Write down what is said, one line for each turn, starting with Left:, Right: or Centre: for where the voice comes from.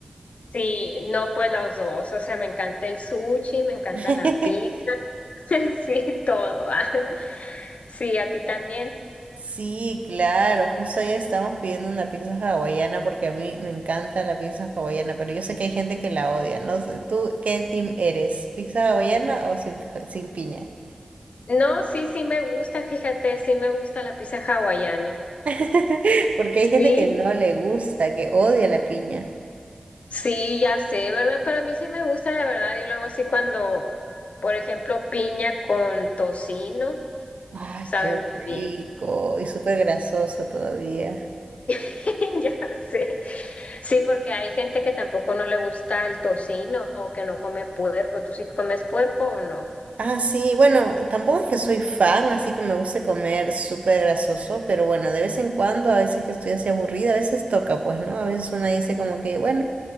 Left: Sí, no, pues los dos, o sea, me encanta el sushi, me encanta
Right: <laughs>
Left: la pizza, <laughs> sí, todo. ah. <laughs> Sí, a ti también.
Right: Sí, claro, justo ayer estamos pidiendo una pizza hawaiana porque a mí me encanta la pizza hawaiana, pero yo sé que hay gente que la odia, ¿no? sé, ¿Tú qué team eres? ¿Pizza hawaiana o sin, sin piña?
Left: No, sí, sí me gusta, fíjate, sí me gusta la pizza hawaiana.
Right: <laughs> Porque hay gente
Left: Sí.
Right: que no le gusta, que odia la piña.
Left: Sí, ya sé, ¿verdad? Pero a mí sí me gusta de verdad. Y luego sí cuando, por ejemplo, piña con tocino,
Right: Ay,
Left: sabe
Right: qué
Left: muy
Right: rico
Left: bien.
Right: y súper grasoso todavía.
Left: <laughs> Ya sé. Sí, porque hay gente que tampoco no le gusta el tocino o que no come puerco. ¿Tú sí comes puerco o no?
Right: Ah, sí, bueno, tampoco es que soy fan, así que me gusta comer súper grasoso, pero bueno, de vez en cuando, a veces que estoy así aburrida, a veces toca, pues, ¿no? A veces una dice como que, bueno.